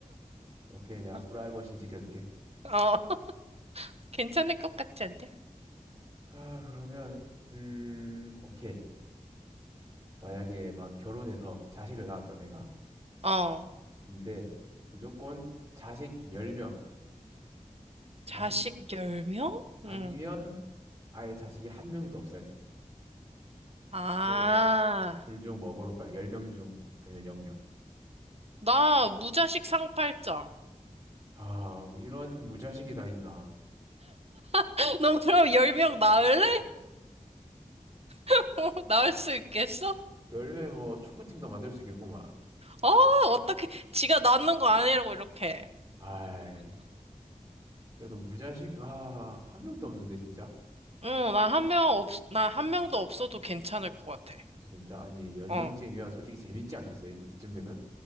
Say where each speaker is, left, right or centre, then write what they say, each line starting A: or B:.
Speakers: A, on the right; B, on the right.
A: 오케이, 내가
B: <laughs>
A: 프라이버시 지켜줄게.
B: 어, <laughs> 괜찮을 것 같지 않냐?
A: 아, 그러면, 음, 오케이. 만약에 막 결혼해서 자식을 낳았다, 내가.
B: 어,
A: 근데 무조건 자식 10명. 자식
B: 자식 10명?
A: 아니면
B: 응.
A: 아예 자식이 한 명도 없어야 돼.
B: 아,
A: 그러면 둘 중 뭐 고를 거야? 10명 중 아니면 0명.
B: 나 무자식 상팔자.
A: 아, 이런 무자식이 다 있나.
B: <laughs> 너 그럼 10명 낳을래? <laughs> 어, 낳을 수 있겠어?
A: 열 10명이 뭐 축구팀도 만들 수 있겠구만.
B: 어, 어떻게, 지가 낳는 거 아니라고 이렇게.
A: 아이. 그래도 무자식 아, 한 명도 없는데 진짜.
B: 어, 나 한 명 없, 나 한 명도 없어도 괜찮을 것 같아.
A: 진짜 아니 10명쯤이면
B: 어.
A: 솔직히 재밌지 않겠어. 이- 이쯤 되면.